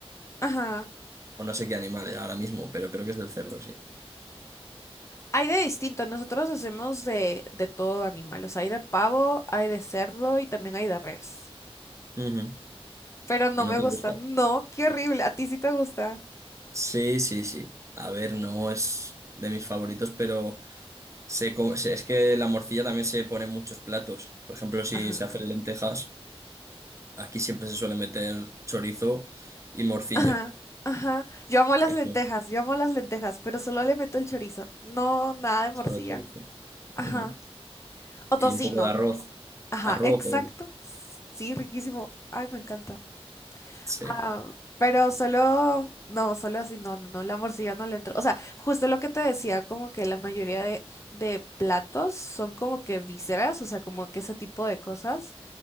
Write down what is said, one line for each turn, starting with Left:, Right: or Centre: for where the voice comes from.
Left: Ajá.
Right: o no sé qué animal ahora mismo, pero creo que es del cerdo, sí.
Left: Hay de distinto, nosotros hacemos de, de todo animal, o sea, hay de pavo, hay de cerdo y también hay de res.
Right: Ujú.
Left: Pero no
Right: ¿Y no
Left: me
Right: te
Left: gusta,
Right: gusta?
Left: no, qué horrible, a ti sí te gusta.
Right: Sí, sí, sí. A ver, no es de mis favoritos, pero se co- se- es que la morcilla también se pone en muchos platos. Por ejemplo, si
Left: Ajá,
Right: se hacen lentejas, aquí siempre se suele meter chorizo y morcilla.
Left: ajá, ajá. Yo amo las
Right: Eso,
Left: lentejas, yo amo las lentejas, pero solo le meto el chorizo, no, nada de morcilla.
Right: solo chorizo.
Left: Ajá,
Right: Ujú.
Left: o
Right: Y
Left: tocino,
Right: un poco de arroz.
Left: ajá,
Right: Arroz,
Left: exacto,
Right: o-
Left: sí, riquísimo, ay, me encanta.
Right: sí.
Left: Ah, pero solo, no, solo así, no, no, no, la morcilla no le entró. O sea, justo lo que te decía, como que la mayoría de, de platos son como que vísceras, o sea, como que ese tipo de cosas,